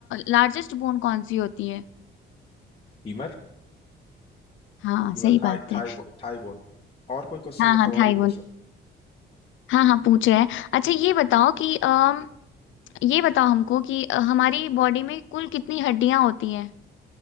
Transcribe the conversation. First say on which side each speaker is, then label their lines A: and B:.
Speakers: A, on the left (about 75°); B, on the left (about 30°).
A: लार्जेस्ट बोन कौन सी होती है
B: Femur
A: हाँ
B: femur
A: सही
B: thigh
A: बात है
B: thigh thigh bone और कोई क्वेश्चन
A: हाँ
B: मतलब
A: हाँ थाईवान
B: और भी पूछ सकते
A: हाँ हाँ पूछ रहे हैं अच्छा ये बताओ कि अम ये बताओ हमको कि अ, हमारी बॉडी में कुल कितनी हड्डियां होती हैं